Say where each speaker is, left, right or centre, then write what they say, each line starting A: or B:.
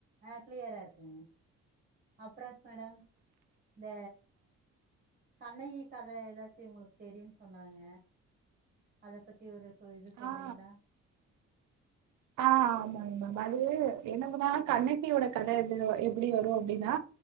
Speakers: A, on the right; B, on the right.
A: ஆ கிளியரா இருக்குங்க அப்றோ மேடம் இந்த கண்ணகி கதை எதாச்சு உங்களுக்கு தெரியுன்னு சொன்னாங்க அத பத்தி ஒரு இது சொல்றீங்ளா
B: ஆ ஆ ஆமாங்கமா அது என்னதுன்னா கண்ணகியோட கத எது எப்டி வரு அப்டின்னா